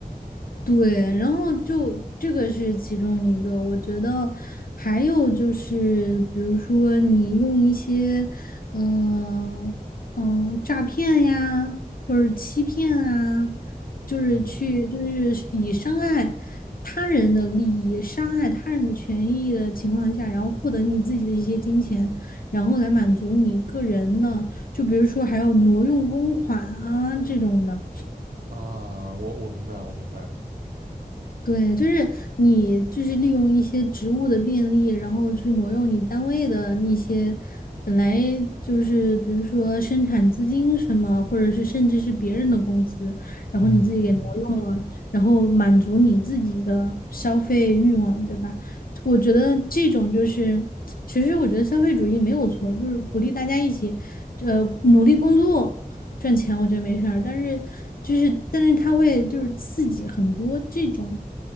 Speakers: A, on the left (about 65°); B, on the right (about 70°).
A: 对，然后就这个是其中一个，我觉得还有就是，比如说你用一些，嗯、嗯、诈骗呀，就是欺骗啊，就是去就是以伤害他人的利益、
B: 嗯
A: 伤害他人的权益的情况下，然后获得你自己的一些金钱，然后来满足你个人的，就比如说还有挪用公款啊这种的。
B: 啊，我我明白我明白。
A: 对，就是你就是利用一些职务的便利，然后去挪用你单位的那些本来就是比如说生产资金什么，或者是甚至是别人的工资，然后你自己给挪用了，
B: 嗯，
A: 然后满足你自己的消费欲望，对吧？我觉得这种就是，其实我觉得消费主义没有错，就是鼓励大家一起，呃，努力工作。赚钱我觉得没事儿，但是就是但是它会就是刺激很多这种